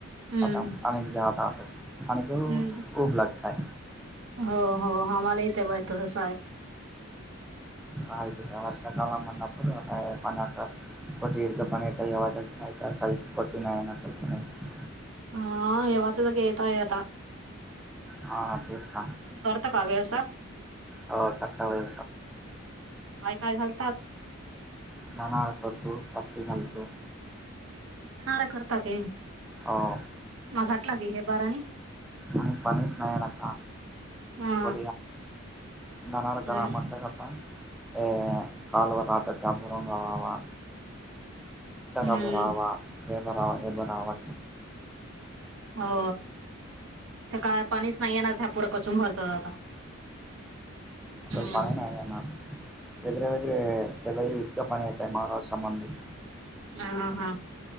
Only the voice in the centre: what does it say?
आता अनेक जाता आतो खानक
उब लागतय
काय सला म्हणणाप आता प कोटी दर्घपण येत येवसाठी नाहीत काहीच कोटी नाही आहे ना स्लप नाही
हा तेस्त
हो करताव व्यवसाय
दधना करतो पट्टी घालतो
ह
आणि पाणीच नाहीय न का
ब धनाार
ग्रमट गता पालवर राहता त्याबुरंग कावावा बरावा
हे बरावा हे बरावा
असलं
पाय नाही आहे ना वेगळेवेगळे आहं त्यावेळी इथं पाणी येतंय महाराष्ट्र मधून